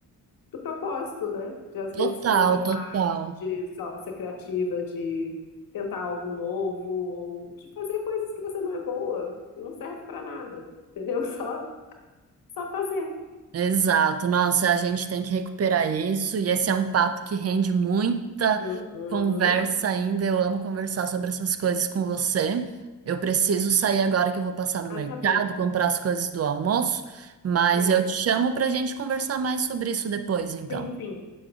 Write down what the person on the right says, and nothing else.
total,
total.
Exato. Nossa, a gente tem que recuperar isso e esse é um papo que rende muita
conversa ainda. Eu amo conversar sobre essas coisas com você. Eu preciso sair agora que eu vou passar no
mercado,
comprar as coisas do almoço, mas
eu te chamo para a gente conversar mais sobre isso depois, então.